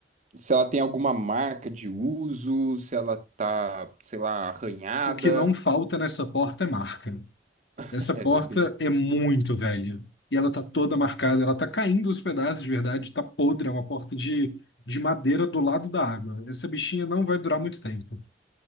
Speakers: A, on the right (about 40°); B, on the left (about 70°).
A: se ela tem alguma marca de uso, se ela tá, sei lá, arranhada.
B: O que não falta nessa porta é marca.
A: <laughs>
B: Essa porta
A: É, bem...
B: é muito velha. E ela tá toda marcada, ela tá caindo os pedaços de verdade, tá podre, é uma porta de, de madeira do lado da água. Essa bichinha não vai durar muito tempo.